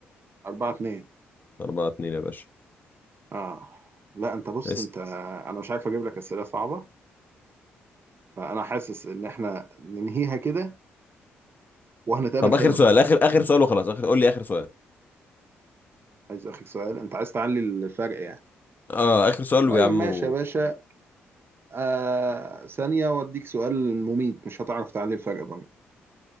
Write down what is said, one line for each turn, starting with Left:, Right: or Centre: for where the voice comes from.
Right: أربعة اتنين
Left: 4 2 يا باشا
Right: اه لا انت بص
Left: اسأل
Right: انت انا مش عارف اجيب لك اسئله صعبه فانا حاسس ان احنا ننهيها كده وهنتقابل
Left: طب
Right: تاني
Left: اخر سؤال اخر اخر سؤال وخلاص اخر قول لي اخر سؤال
Right: عايز اخر سؤال انت عايز تعلي الفرق يعني
Left: اه اخر سؤال
Right: طيب
Left: ويا عم
Right: ماشي
Left: و...
Right: يا باشا آه ثانية واديك سؤال مميت مش هتعرف تعلي الفرق برضه